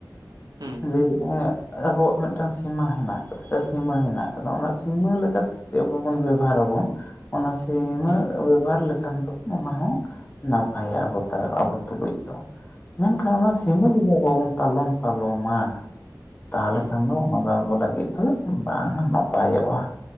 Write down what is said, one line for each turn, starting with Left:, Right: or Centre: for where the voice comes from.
Right: ᱦᱩᱸ
Left: ᱡᱮ ᱟᱵᱚᱣᱟᱜ ᱢᱤᱫᱴᱟᱝ ᱥᱤᱢᱟᱹ ᱦᱮᱱᱟᱜ ᱟᱠᱟᱫᱟ ᱥᱮ ᱥᱤᱢᱟᱹ ᱦᱮᱱᱟᱜ ᱟᱠᱟᱫᱟ ᱚᱱᱟ ᱥᱤᱢᱟᱹ ᱞᱮᱠᱟᱛᱮ ᱟᱵᱚ ᱵᱚᱱ ᱵᱮᱵᱷᱦᱟᱨ ᱟᱵᱚᱱ ᱚᱱᱟ ᱥᱤᱢᱟᱹ
Right: ᱦᱩᱸ
Left: ᱵᱮᱵᱚᱦᱟᱨ ᱞᱮᱠᱷᱟᱱ ᱫᱚᱵᱚᱱ ᱚᱱᱟ ᱦᱚᱸ ᱱᱟᱯᱟᱭᱟ ᱟᱵᱚ ᱟᱵᱚ ᱛᱩᱞᱩᱡ ᱫᱚ ᱢᱮᱱᱠᱷᱟᱱ ᱚᱱᱟ ᱥᱤᱢᱟᱹ ᱡᱩᱫᱤ ᱵᱟᱵᱚᱱ ᱛᱟᱞᱚᱢ ᱯᱟᱞᱚᱢᱟ ᱛᱟᱦᱚᱞᱮ
Right: ᱦᱩᱸ
Left: ᱠᱷᱟᱱ ᱫᱚ ᱚᱱᱟ ᱫᱚ ᱟᱵᱚ ᱞᱟᱹᱜᱤᱫ ᱫᱚ ᱵᱟᱝ ᱱᱟᱯᱟᱭᱚᱜᱼᱟ